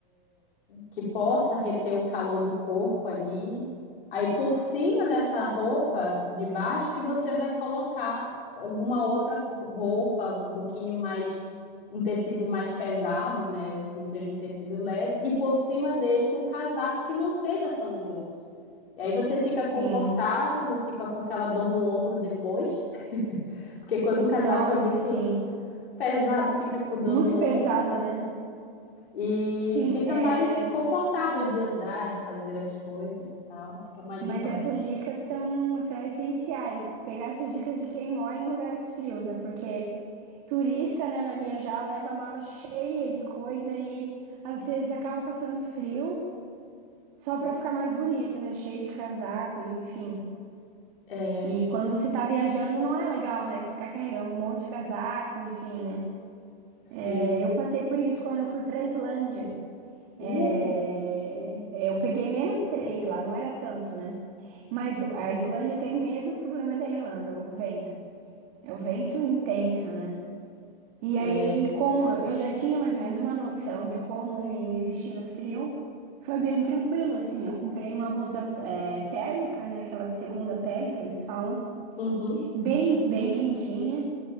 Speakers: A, on the left; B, on the right.
A: que possa reter o calor do corpo ali. Aí por cima dessa roupa de baixo que você vai colocar alguma outra roupa, um pouquinho mais, um tecido mais pesado, né? Que não seja um tecido leve. E por cima desse um casaco que não seja tão grosso. E aí você fica confortável,
B: Sim.
A: não fica com aquela dor no ombro depois. <laughs> Porque quando o casaco
B: Nossa,
A: é muito
B: sim.
A: pesado, fica com dor
B: Muito
A: no
B: pesado,
A: ombro.
B: né?
A: E
B: Sim,
A: fica
B: é.
A: mais confortável de andar, de fazer as coisas e tal. Acho que é uma dica,
B: Mas essas dicas são, são essenciais. Pegar essas dicas de quem mora em lugares frios, né? Porque turista, né, vai viajar, leva a mala cheia de coisa e às vezes acaba passando frio só para ficar mais bonito, né? Cheio de casaco e enfim.
A: é,
B: E quando você tá viajando, não é legal, né? Ficar carregando um monte de casaco, enfim, né?
A: sim.
B: É, Eu passei por isso quando eu fui pra Islândia. É,
A: Uh, sim.
B: Eu peguei menos três lá, não era tanto, né? Mas a Islândia tem o mesmo problema da Irlanda, o vento. É o vento intenso, né? E
A: É,
B: aí, como eu já tinha mais ou menos uma noção de como me, me vestir no frio, foi bem tranquilo, assim. Eu comprei uma blusa é, térmica, né? Aquela segunda pele que eles falam,
A: uhum.
B: bem, bem quentinha.